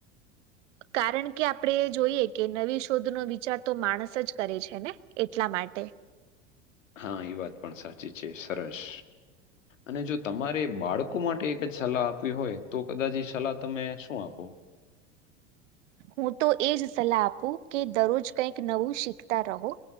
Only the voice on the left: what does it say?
હા, એ વાત પણ સાચી છે, સરસ. અનેજો તમારે બાળકો માટે એકજ સલાહ આપવી હોય, તો કદાચ સલાહ તમે શું આપો?